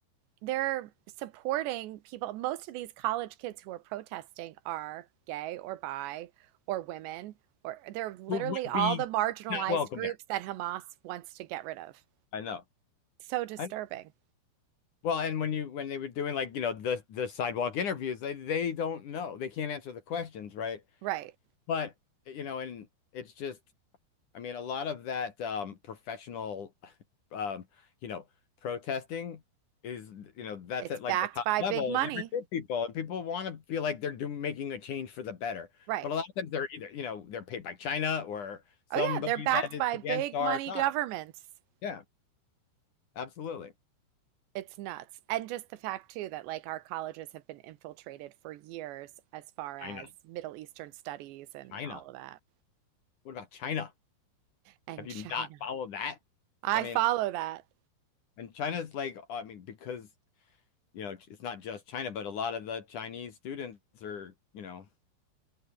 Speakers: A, on the right; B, on the left.
A: they're supporting people. Most of these college kids who are protesting are gay or bi or women or they're literally
B: who would
A: all
B: be
A: the marginalized
B: not welcome
A: groups
B: there.
A: that Hamas wants to get rid of.
B: I know.
A: So disturbing.
B: I know. well, and when you when they were doing like you know the the sidewalk interviews, they they don't know. They can't answer the questions, right?
A: Right.
B: But you know, and it's just I mean, a lot of that um, professional, um, you know, protesting is, you know, that's
A: It's
B: at
A: backed
B: like the top
A: by
B: level,
A: big money.
B: and they're good people, and people want to feel like they're doing making a change for the better.
A: Right.
B: But a lot of times they're either, you know, they're paid by China or somebody
A: Oh yeah, they're backed
B: that is
A: by
B: against
A: big
B: our
A: money
B: side.
A: governments.
B: Yeah, absolutely.
A: It's nuts. And just the fact too that like our colleges have been infiltrated for years as far as
B: China,
A: Middle Eastern studies and
B: China.
A: all of that.
B: What about China?
A: And
B: Have you
A: China.
B: not followed that?
A: I
B: I mean,
A: follow that.
B: and China's like, I mean, because you know, it's not just China, but a lot of the Chinese students are, you know.